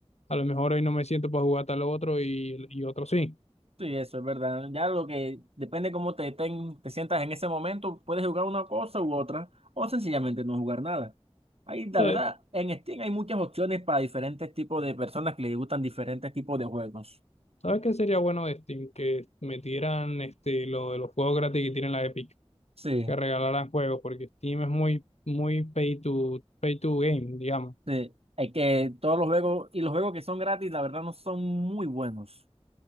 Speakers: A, on the left; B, on the right.
A: a lo mejor hoy no me siento para jugar tal otro y, y otro sí.
B: Sí, eso es verdad. Ya lo que depende cómo te, ten- te sientas en ese momento, puedes jugar una cosa u otra, o sencillamente no jugar nada. Ahí, la
A: Eh,
B: verdad, en Steam hay muchas opciones para diferentes tipos de personas que les gustan diferentes tipos de juegos.
A: ¿sabes qué sería bueno de Steam? Que metieran este, lo de los juegos gratis que tienen la Epic,
B: Sí,
A: que regalaran juegos, porque Steam es muy, muy pay to, pay to game, digamos.
B: sí. Hay que todos los juegos, y los juegos que son gratis, la verdad, no son muy buenos.